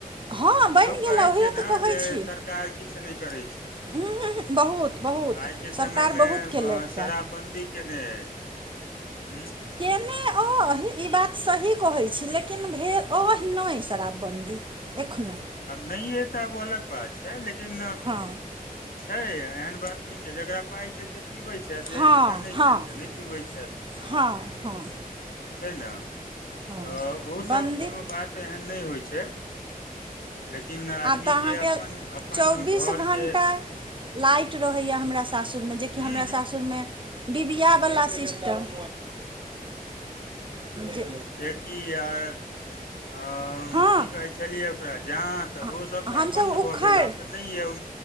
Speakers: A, on the right; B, on the left.
A: हँ बनि
B: लोक
A: गेल
B: कहै
A: हँ ओही
B: छै,
A: लए
B: ने
A: तऽ कहै
B: जे
A: छी
B: सरकार किछु नहि करै छै।
A: उम्म, बहुत बहुत
B: आइ के
A: सरकार
B: समय
A: बहुत
B: मे
A: केलक
B: शराब
A: ये
B: बन्दी केने है। ह्म्म
A: केने ओ ई बात सही कहै छी, लेकिन भेल अइ नहि शराबबन्दी एखनोहु।
B: नहिऐ तऽ वो अलग बात छै, लेकिन
A: हँ
B: छै एहन बात नहि छै। जेकरा पाइ छै से पीबे छै। जे
A: हँ
B: हिनका नहि
A: हँ
B: छैन त नै पीबै छैथ।
A: हँ हँ
B: छै ने
A: हँ
B: तऽ ओ
A: बन्दित
B: सब कोनो बात एहन नहि होइ छै। लेकिन आदमी
A: आब तऽ अहाँके
B: के अपन अपन
A: चौबीस
B: घर
A: घण्टा
B: के
A: लाइट रहैए हमरा सासुरमे, जेकि
B: हूँ
A: हमरा सासुरमे डिबिया बला सिस्टम जे
B: की आर अंअ
A: हँ
B: त की कहै छलियै ओकरा जात, तऽ
A: ह-
B: ओसभ तऽ
A: हमसब
B: आब बन्द
A: उखड़ि
B: भऽ गेल, आब तऽ नहि यए ओ।